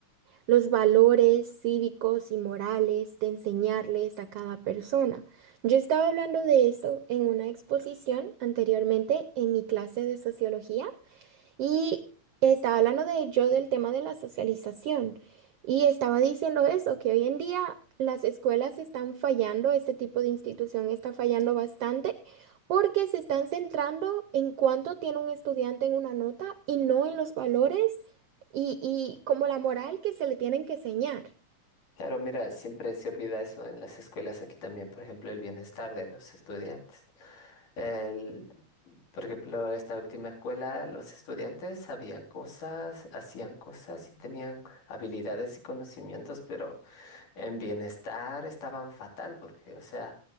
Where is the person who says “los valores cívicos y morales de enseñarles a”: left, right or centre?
Right